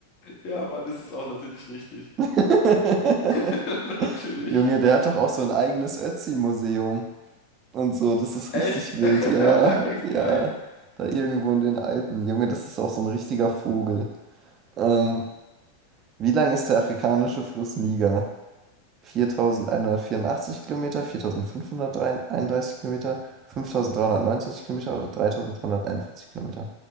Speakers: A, on the left; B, on the right.
A: Ja, Mann, das ist auch natürlich richtig.
B: <laughs>
A: <laughs> Natürlich.
B: Junge, der hat doch auch so ein eigenes Ötzi-Museum und so. Das ist
A: Echt?
B: richtig wild.
A: <laughs>
B: Ja, ja.
A: Geil.
B: Da irgendwo in den Alpen. Junge, das ist auch so ein richtiger Vogel. Ähm, wie lang ist der afrikanische Fluss Niger? 4184 Kilometer, 4531 Kilometer, 5390 Kilometer oder 3241 Kilometer?